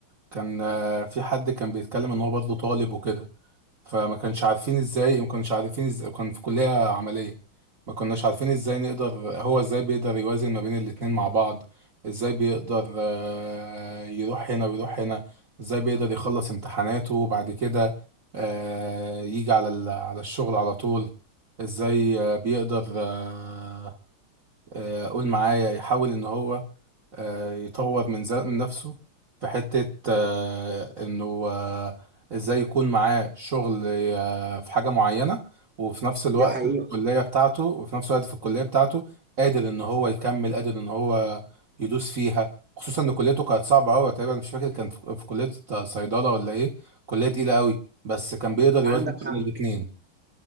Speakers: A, on the right (about 40°); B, in the centre.
A: كان آه، في حد كان بيتكلم ان هو برضه طالب وكده فما كانش عارفين ازاي ما كانش عارفين ازاي كان في كلية عملية ما كناش عارفين ازاي نقدر هو ازاي بيقدر يوازن ما بين الاتنين مع بعض ازاي بيقدر آه، يروح هنا ويروح هنا ازاي بيقدر يخلص امتحاناته وبعد كده آه، يجي على ال- على الشغل على طول ازاي آه، بيقدر آه، آه، قول معايا يحاول ان هو آه، يطور من ذا- من نفسه في حتة آه، انه آه، ازاي يكون معاه شغل آه، في حاجة معينة وفي نفس الوقت
B: دي حقيقة
A: في الكلية بتاعته وفي نفس الوقت في الكلية بتاعته قادر ان هو يكمل قادر ان هو يدوس فيها خصوصا ان كليته كانت صعبة قوي تقريبا مش فاكر كان في في كلية صيدلة ولا ايه كلية تقيلة قوي بس كان بيقدر يوازن
B: عندك حق
A: بين الاتنين